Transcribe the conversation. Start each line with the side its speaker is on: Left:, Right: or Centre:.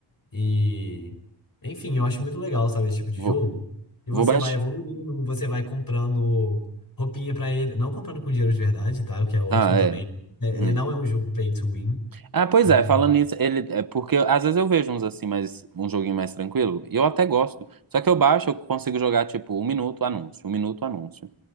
Left: E, enfim, eu acho muito legal, sabe, esse tipo de
Right: Vou,
Left: jogo. E
Right: vou
Left: você
Right: baixar.
Left: vai evoluindo, você vai comprando roupinha pra ele, não comprando com dinheiro de verdade, tá? O que é ótimo
Right: Ah,
Left: também.
Right: é.
Left: É,
Right: Hum.
Left: Ele não é um jogo pay to win,
Right: Ah, pois
Left: então
Right: é, falando nisso, ele, é porque às vezes eu vejo uns assim, mais, um joguinho mais tranquilo, e eu até gosto. Só que eu baixo, eu consigo jogar tipo um minuto anúncio, um minuto anúncio.